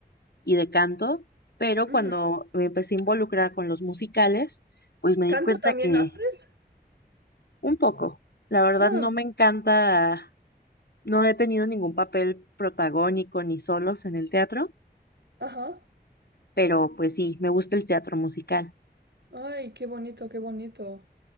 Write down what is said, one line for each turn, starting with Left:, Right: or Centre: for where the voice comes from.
Left: y de canto, pero
Right: Ujú.
Left: cuando me empecé a involucrar con los musicales, pues me
Right: ¿Canto
Left: di cuenta
Right: también
Left: que
Right: haces?
Left: Un poco. La verdad
Right: Ah,
Left: no me encanta, no he tenido ningún papel protagónico ni solos en el teatro,
Right: ajá.
Left: pero pues sí, me gusta el teatro musical.
Right: Ay, qué bonito, qué bonito.